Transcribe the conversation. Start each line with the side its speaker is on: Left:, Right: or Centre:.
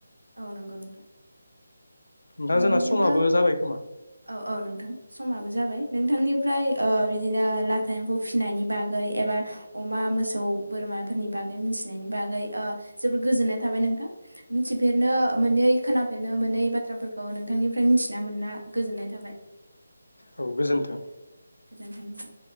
Right: औ नंगौ नोंथां।
Left: नोंथां
Right: ओ
Left: जोंना
Right: बिदिब्ला
Left: समाबो जाबाय खोमा।
Right: औ औ नोंथां समाबो जाबाय नोंथांनिफ्राय ओ बिदिनो लाथा एम्फौ फिसिनायनि बागै एबा अमा मोसौ बोरमाफोरनि बागै मिथिनायनि बागै जोबोर गोजोननाय थाबाय नोंथां मिथिफेरनो मोननै खोनाफेरनो मोननै बाथ्राफोरखौ नोंथांनिफ्राय मिथिना मोना गोजोननाय थाबाय
Left: औ गोजोन्थों
Right: गोजोन्थों नोंथां